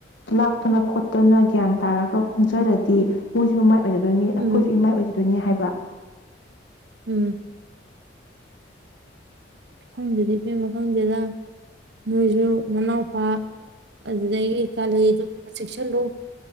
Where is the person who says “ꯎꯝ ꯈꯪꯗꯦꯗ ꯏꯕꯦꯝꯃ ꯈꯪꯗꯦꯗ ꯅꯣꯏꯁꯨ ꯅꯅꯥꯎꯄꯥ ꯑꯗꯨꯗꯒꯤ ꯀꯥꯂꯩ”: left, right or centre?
Right